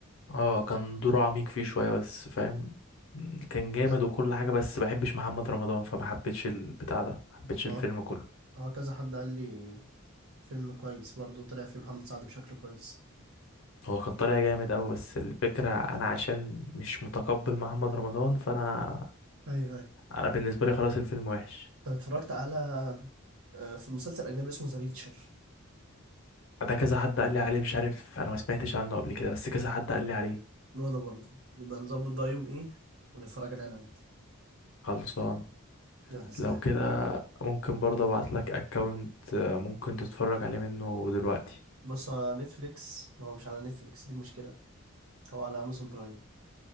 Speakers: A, on the left; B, on the right.
A: اه كان دوره عميق فيه شوية بس فاهم كان جامد
B: آه،
A: وكل حاجة بس بحبش محمد رمضان فما حبيتش البتاع ده ما حبيتش
B: هو
A: الفيلم كله
B: هو كذا حد قال لي فيلم كويس برضه طلع فيه محمد سعد بشكل كويس
A: هو كان طالع جامد أوي بس الفكرة أنا عشان مش متقبل محمد رمضان فأنا
B: ايوه ايوه
A: أنا بالنسبة لي خلاص الفيلم وحش
B: طب اتفرجت على آه، في مسلسل اجنبي اسمه ذا ريتشر
A: ده كذا حد قال لي عليه مش عارف أنا ما سمعتش عنه قبل كده بس كذا حد قال لي عليه
B: وانا برضه نبقى نظبط بقى يوم ايه ونتفرج عليه انا وانت
A: خلصان
B: يلا سلام
A: لو كده ممكن برضه ابعتلك اكونت ممكن تتفرج عليه منه دلوقتي
B: بص على نتفليكس ما هو مش على نتفليكس دي مشكلة هو على امازون برايم